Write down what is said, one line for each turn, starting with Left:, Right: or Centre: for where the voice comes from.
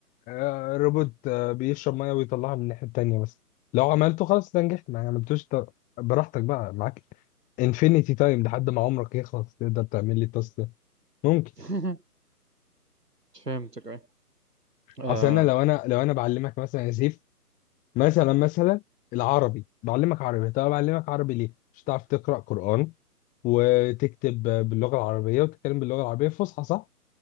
Left: آه، روبوت آه، بيشرب ميه ويطلعها من الناحيه التانيه بس لو عملته خلاص ده نجحت ما عملتوش ت... براحتك بقى معاك انفينيتي تايم لحد ما عمرك يخلص تقدر تعمل لي التاسك ده ممكن
Right: <laughs> فهمتك ايه آه.
Left: اصل انا لو انا لو انا بعلمك مثلا يا سيف مثلا مثلا العربي بعلمك عربي طب بعلمك عربي ليه مش هتعرف تقرا قران وتكتب باللغه العربيه وتتكلم باللغه العربيه الفصحى صح